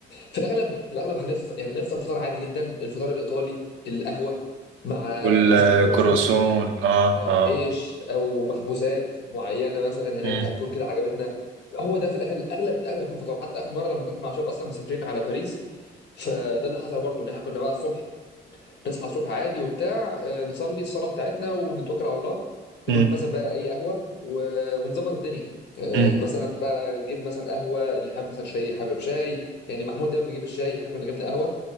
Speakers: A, on the left (about 60°); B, on the right (about 80°).
A: في الاغلب في الاغلب هنفطر يعني هنفطر فطار عادي جدا الفطار الايطالي القهوه مع
B: والكرواسون
A: مثلا كرواسون
B: اه
A: اه
B: اه
A: عيش او مخبوزات معينه مثلا هناك
B: مم.
A: هتكون كده عجبتنا هو ده في الاخر الاغلب الاغلب هيكون فطار حتى اخر مره لما كنت مع شباب اصلا مسافرين على باريس فده اللي حصل برضو ان احنا كنا بقى الصبح نصحى الصبح عادي وبتاع آه، نصلي الصلاه بتاعتنا ونتوكل على الله نروح
B: مم.
A: مثلا بقى اي قهوه و- ونظبط الدنيا آه،
B: مم.
A: مثلا بقى نجيب مثلا قهوه اللي حابب مثلا شاي حابب شاي يعني محمود دايما بيجيب الشاي احنا كنا جبنا قهوه